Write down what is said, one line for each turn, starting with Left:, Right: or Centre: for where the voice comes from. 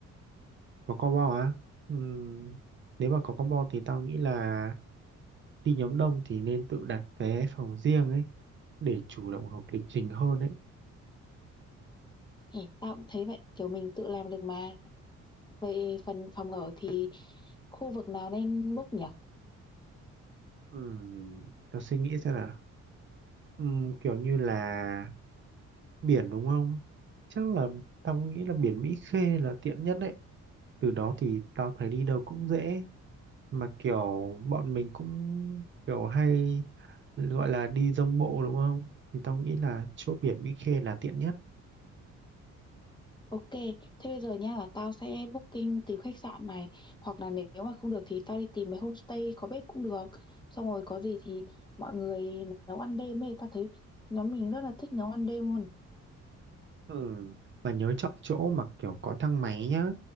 Right: Có combo á? Ừm, nếu mà có combo thì tao nghĩ là đi nhóm đông thì nên tự đặt vé phòng riêng ấy để chủ động hợp lịch trình hơn ấy.
Left: Ê, tao cũng thấy vậy, kiểu mình tự làm được mà. Về phần phòng ở thì khu vực nào nên book nhỉ?
Right: Ừm, tao suy nghĩ xem nào. Ừm, kiểu như là biển đúng không? Chắc là tao nghĩ là biển Mỹ Khê là tiện nhất đấy. Từ đó thì tao thấy đi đâu cũng dễ. Mà kiểu bọn mình cũng kiểu hay gọi là đi dông bộ đúng không? Thì tao nghĩ là chỗ biển Mỹ Khê là tiện nhất.
Left: Ok, thế bây giờ nha là tao sẽ booking tìm khách sạn này hoặc là nếu mà không được thì tao đi tìm mấy homestay có bếp cũng được. Xong rồi có gì thì mọi người nấu ăn đêm ấy, tao thấy nhóm mình rất là thích nấu ăn đêm luôn.
Right: Ừ, và nhớ chọn chỗ mà kiểu có thang máy nhá.